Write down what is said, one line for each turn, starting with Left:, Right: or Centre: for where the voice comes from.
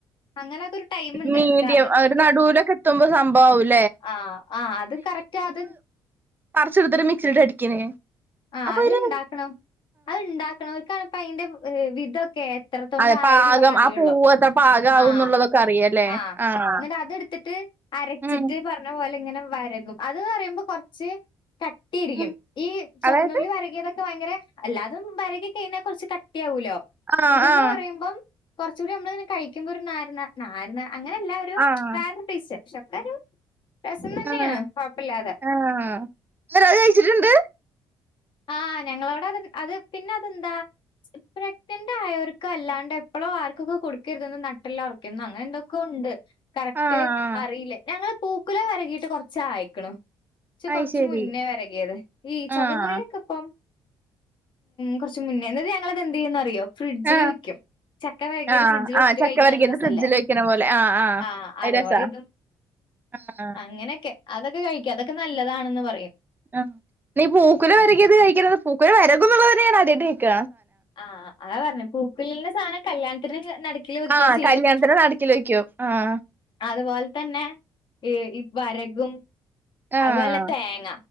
Left: അങ്ങനെൊക്കെ ഒരു ടൈമുണ്ട്
Right: മീഡിയം
Left: എന്നിട്ട് അതെടുത്തിട്ട്
Right: ഒരു നടൂലൊക്കെ എത്തുമ്പോ സംഭവാവൂലേ
Left: ആ ആ് അത തറ്റാത
Right: പറി ച്ചെടുത്ത മിക്സിീട്ട് അടിക്കണേ
Left: ആ
Right: അപ്പൊ
Left: അത്ണ്ടാക്കണോ
Right: ഒരു
Left: അത്ണ്ടാക്കണംക്കണപ്പ അതിന്റെ വിധൊക്കെ എത്രത്തോണ്ട
Right: അതെ പാകം
Left: ആയി എന്നുള്ളത അറിയുള്ളൂ
Right: ആ പൂവ് എത്ര പാകാവും
Left: ആഹ
Right: എന്നുള്ളതൊക്കെ അറിയല്ലേ
Left: ആ
Right: ആഹ്
Left: എന്നിട്ട് അതെടുത്തിട്ട് അരച്ചിട്ട്
Right: ഉം
Left: പറഞ്ഞ പോലെ ഇങ്ങനെ വരകും അത് പറയുമ്പോ കുറച്ച് കട്ടിയിരിക്കും
Right: ഉം
Left: ഈ ചകന്നുള്ളി
Right: അതായത്
Left: വരകിയതൊ ഭയങ്കര അല്ലാതും വരകി കഴിഞ്ഞാ കുറച്ച് കട്ടിയ ആാവൂലോ
Right: ആഹ്
Left: ഇതന്ന്
Right: ആഹ്
Left: പറയുമ്പം കുറച്ചൂടി നമ്മള ഇങ്ങനെ കഴിക്കുമ്പോാരാരുന്ന അങ്ങനെല്ല ഒരുീ
Right: ആഹ്
Left: പക്ഷക്കരും രസം തന്നെയാണ്
Right: ആഹ്
Left: കുഴപ്പില്ലാതെ
Right: ആഹ് എന്നിട്ട് അത് കഴിച്ചിട്ടുണ്ട്
Left: ആഹ് ഞങ്ങളവിടെ അത് അത് പിന്നെ അതെന്താ? പ്രക്ന്റെ ആയോർക്ക അല്ലാണ്ട് എപ്പോഴും ആർക്കൊക്കെ കൊടുക്കരുത നട്ടല്ല ഉറക്കുന്നു അങ്ങനെ എന്തൊക്കെ ഉണ്ട് കറക്റ്റ്
Right: ആഹ്
Left: അറിയില്ലേ ഞങ്ങള് പൂക്കുലം വരകിട്ട് കൊറച്ച ആയക്കണ പക്ഷെ
Right: അത്
Left: കൊറച്ച
Right: ശരി
Left: മുന്നേ വരകിയത് ഈ ചകന്നുള്ളി
Right: ആഹ്
Left: ഉ കുറച്ച് മുന്നേുന്നത് ഞങ്ങളത് എന്ത് ചെയ്യന്ന് അറിയോ ഫ്രിഡ്ജില്
Right: ആഹ്
Left: വിക്കും ചക്ക വരകിയത്
Right: ആഹ്
Left: ഫ്രിഡ്ജിൽ വെച്ചിട്ട്
Right: ആഹ് ചക്ക
Left: കഴിക്കാൻ
Right: വരകിയത്
Left: നല്ല രസല്ലേ
Right: ഫ്രിഡ്ജിൽ വെക്കണ പോലെ ആഹ് ആഹ്
Left: ആഹ അതപോലെ
Right: അത് രസാ
Left: ഇതും
Right: ആഹ്
Left: അങ്ങനെയൊക്കെ അതൊക്കെ കഴിക്കും അതൊക്കെ നല്ലതാണെന്ന് പറയും
Right: ആ നീ പൂക്കലം
Left: ആഹ്
Right: വരകിയത് കഴിക്കണ പൂക്കലം വരകുന്നുള്ള തന്നെ ഞൻ അടട്ട് കേക്ക
Left: ആഹ് അതാ പറഞ്ഞെ പൂക്കുലിന്റെ സാധനം കല്യാണത്തിന് നടുക്കില് വെക്കുകയും
Right: ആഹ
Left: ചെയ്യും
Right: കല്യാണത്തിന നടക്കിൽ വെക്കോ ആഹ
Left: അതുപോലെ തന്നെ ഈ വരകും
Right: ആഹ്
Left: അതുപോലെ തേങ്ങ